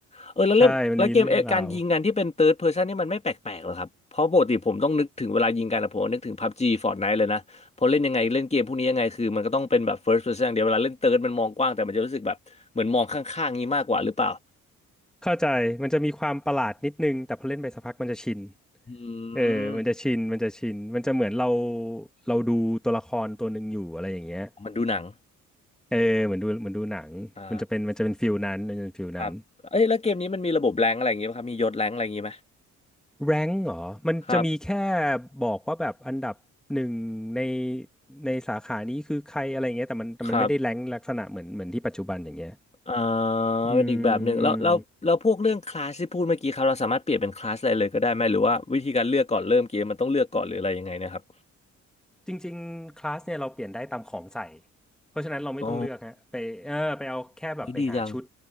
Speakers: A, on the left (about 20°); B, in the centre.
A: เออแล้วเล่นแล้วเกมเออการยิงกันที่เป็น
B: ใช่มันมีเรื่องราว
A: third person นี่มันไม่แปลกๆหรอครับเพราะปกติผมต้องนึกถึงเวลายิงกันนะผมนึกถึง PUBG Fortnite เลยนะพอเล่นยังไงเล่นเกมพวกนี้ยังไงคือมันก็ต้องเป็นแบบ first person อย่างเดียวเวลาเล่น third มันมองกว้างแต่มันจะรู้สึกแบบเหมือนมองข้างๆงี้มากกว่าหรือเปล่า
B: เข้าใจมันจะมีความประหลาดนิดนึงแต่พอเล่นไปสักพักมันจะชิน
A: อื
B: เออมันจะชินมันจะชินมันจะเหมือนเรา
A: ม
B: เราดูตัวละครตัวหนึ่งอยู่อะไรอย่างเงี้ย
A: มันดูหนัง
B: เออเหมือนดูเหมือนดูหนังมันจะเป็นมันจะเป็นฟิลนั้นมันจะเป็นฟิลนั้น
A: อ่า ครับเอ้ยแล้วเกมนี้มันมีระบบแรงอะไรอย่างงี้ไหมครับมียศแรงอะไรอย่างงี้ไหม
B: แรงเหรอมันจะมีแค่
A: ครับ
B: บอกว่าแบบอันดับหนึ่งในในสาขานี้คือใครอะไรเงี้ยแต่มันแต่มันไม่ได้แรงลักษณะเหมือนเหมือนที่ปัจจุบันอย่างเงี้ย
A: ครับอ่า
B: อืมอืม
A: เป็นอีกแบบหนึ่งแล้วแล้วแล้วพวกเรื่องคลาสที่พูดเมื่อกี้ครับเราสามารถเปลี่ยนเป็นคลาสอะไรเลยก็ได้ไหมหรือว่าวิธีการเลือกก่อนเริ่มเกมมันต้องเลือกก่อนหรืออะไรยังไงเนะครับ
B: จริงๆคลาสเนี่ยเราเปลี่ยนได้ตามของใส่เพราะฉะนั้นเราไม่ต้องเลือกฮะไปเออไปเอาแค่แบบไปหาชุด
A: อ๋อเฮ้ยดีจัง